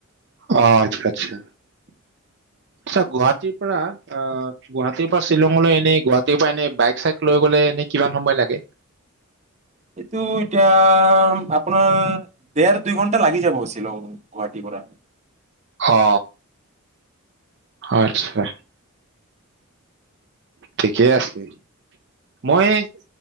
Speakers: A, on the right; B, on the right.
A: অ', আচ্ছা, আচ্ছা।
B: <unintelligible>
A: আচ্ছা গুৱাহাটীৰ পৰা অ গুৱাহাটীৰ পৰা শ্বিলংলৈ এনে গুৱাহাটীৰ পৰা এনে বাইক চাইক লৈ গলে এনে কিমান সময় লাগে?
B: এইটো এতিয়া আপোনাৰ ডেৰ দুই ঘন্টা লাগি যাব শ্বিলং। গুৱাহাটী পৰা।
A: অ আচ্ছা। ঠিকেই আছে। মই এই